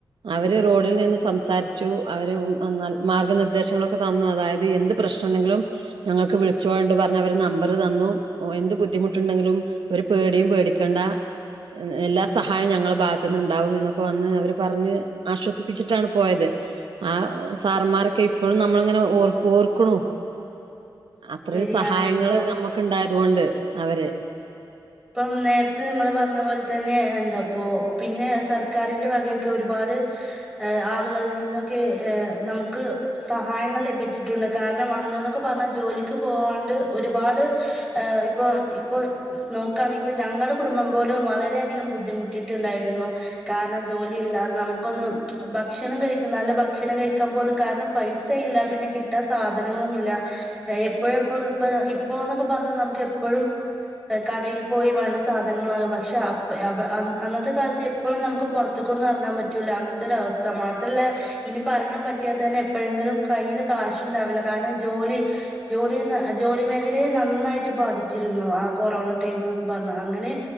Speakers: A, on the right; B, in the centre.
A: അവര് റോഡിൽ നിന്ന് സംസാരിച്ചു അവര് നൽ മാർഗ്ഗ നിർദ്ദേശങ്ങളൊക്കെ തന്നു അതായത് എന്ത് പ്രശ്നം ഉണ്ടെങ്കിലും ഞങ്ങൾക്ക് വിളിച്ചോണ്ടു പറഞ്ഞ് അവര് നമ്പറ് തന്നു എന്ത് ബുദ്ധിമുട്ട് ഉണ്ടെങ്കിലും ഒരു പേടിയും പേടിക്കണ്ട എല്ലാ സഹായോം ഞങ്ങളെ ഭാഗത്തു നിന്നിണ്ടാവും എന്നൊക്കെ വന്ന് അവര് പറഞ്ഞ് ആശ്വസിപ്പിച്ചിട്ടാണ് പോയത് ആഹ് സാറമ്മാരെക്കെ ഇപ്പഴും നമ്മളിങ്ങനെ ഓർ ഓർക്കുണു അത്രയും
B: ശരിയാണ്
A: സഹായങ്ങള്
B: ഇപ്പൊ
A: നമ്മുക്കിണ്ടായതു കൊണ്ട് അവര്
B: ഇപ്പം നേരത്തെ നിങ്ങള് പറഞ്ഞ പോലെ തന്നെ എന്താപ്പോ പിന്നെ സർക്കാരിന്റെ വകയൊക്കെ ഒരുപാട് ഏഹ് ആളുകളിൽ നിന്നൊക്കെ ഏഹ് നമുക്ക് സഹായങ്ങൾ ലഭിച്ചിട്ടുണ്ട് കാരണം അന്ന്ന്നൊക്കെ പറഞ്ഞാ ജോലിക്ക് പോവാണ്ട് ഒരുപാട് ആഹ് ഇപ്പോ ഇപ്പോ നോക്കാൻ ഇപ്പൊ ഞങ്ങടെ കുടുംബം പോലും വളരെയധികം ബുദ്ധിമുട്ടിട്ടുണ്ടായിരുന്നു. കാരണം ജോലിയില്ലാതെ നമുക്കൊന്നും ഭക്ഷണം കഴിക്കുന്ന നല്ല ഭക്ഷണം കഴിക്കാൻ പോലും കാരണം പൈസ. പൈസയില്ല പിന്നെ കിട്ടാൻ സാധനങ്ങളുമില്ല. എപ്പോഴ് എപ്പോഴും ഇപ്പ ഇപ്പോന്നൊക്കെ പറഞ്ഞാൽ നമുക്ക് എപ്പഴും. കടയിൽ പോയി വേണ്ടേ സാധനങ്ങള് വാങ്ങും, പക്ഷേ അപ്പ അവ അന്ന അന്നത്തെ കാലത്ത് എപ്പഴും നമുക്ക് പൊറത്തുക്കൊന്നു എറങ്ങാൻ പ റ്റൂല അങ്ങനത്തൊരു അവസ്ഥ മാത്രമല്ല. ഇനിപ്പറഞ്ഞാന് പറ്റിയാ തന്നെ എപ്പഴെങ്കിലും കൈയ്യില് കാശ് ഉണ്ടാവില്ല, കാരണം ജോലി. ജോലിയെന്ന് ജോലി മേഖലയിൽ നന്നായിട്ട് ബാധിച്ചിരുന്നു ആഹ്. കൊറോണ ടൈം എന്നൊക്കെ പറഞ്ഞ് അങ്ങനെ.